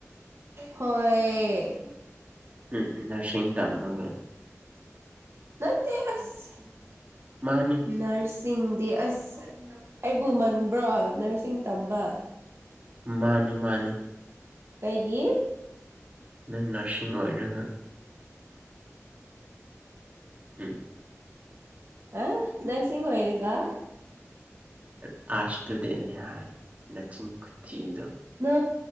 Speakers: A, on the right; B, on the right.
A: ꯍꯣꯏ
B: ꯎꯝ ꯎꯝ ꯅꯔꯁꯤꯡ ꯇꯝꯃꯒ
A: ꯅꯠꯇꯦ ꯑꯁ
B: ꯃꯥꯅꯤ
A: ꯅꯔꯁ ꯆꯤꯡꯗꯤ ꯑꯁ ꯑꯩꯕꯨ ꯃꯟꯕ꯭ꯔ ꯅꯔꯁꯤꯡ ꯇꯝꯕ
B: ꯃꯥꯅꯦ ꯃꯥꯅꯦ
A: ꯀꯩꯒꯤ
B: ꯅꯪ ꯅꯔꯁꯤꯡ ꯑꯣꯏꯔꯒ
A: <inaudible>
B: ꯎꯝ
A: ꯑ ꯅꯔꯁꯤꯡ ꯂꯣꯏꯔꯒ <unintelligible>
B: ꯑꯥꯔꯠꯁ ꯁ꯭ꯇꯨꯗꯦꯟꯅꯤ ꯍꯥꯏ ꯅꯆꯤꯡ ꯈꯨꯊꯤꯗꯣ
A: ꯅ